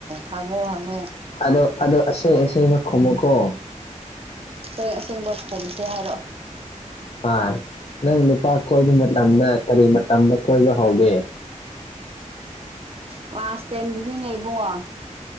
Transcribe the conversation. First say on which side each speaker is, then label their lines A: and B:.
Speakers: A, on the right; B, on the left.
A: ꯍꯪꯉꯣ ꯍꯪꯉꯣ
B: ꯑꯗꯣ ꯑꯗꯣ ꯑꯁꯦ ꯑꯁꯦꯡꯕ ꯈꯨꯝꯃꯨ ꯀꯣ
A: ꯑꯁꯦꯡ ꯑꯁꯦꯡꯕ ꯈꯨꯝꯁꯦ ꯍꯥꯏꯔꯛꯑꯣ
B: ꯑꯥ ꯅꯪ ꯅꯨꯄꯥ ꯀꯣꯏꯕ ꯃꯇꯝꯗ ꯀꯔꯤ ꯃꯇꯝꯗ ꯀꯣꯏꯕ ꯍꯧꯒꯦ
A: ꯀ꯭ꯂꯥꯁ ꯇꯦꯟꯗꯅꯤꯅꯦ ꯏꯕꯨꯡꯉꯣ